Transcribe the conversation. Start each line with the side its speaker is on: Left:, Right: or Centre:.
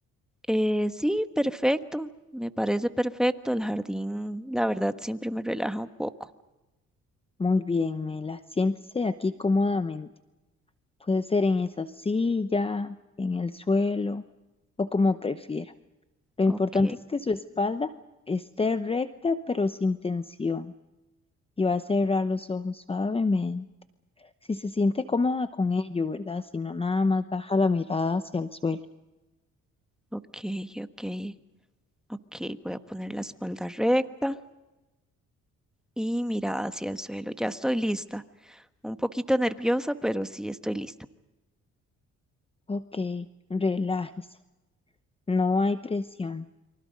Centre: Eh, sí, perfecto. Me parece perfecto. El jardín, la verdad, siempre me relaja un poco.
Left: Muy bien, Mela. Siéntese aquí cómodamente. Puede ser en esa silla, en el suelo o como prefiera. Lo
Centre: Ok,
Left: importante es que su espalda esté recta pero sin tensión y va a cerrar los ojos suavemente. Si se siente cómoda con ello, ¿verdad? Si no, nada más baja la mirada hacia el suelo.
Centre: ok, ok, ok. Voy a poner la espalda recta y mirada hacia el suelo. Ya estoy lista. Un poquito nerviosa, pero sí estoy lista.
Left: Ok, relájese, no hay presión,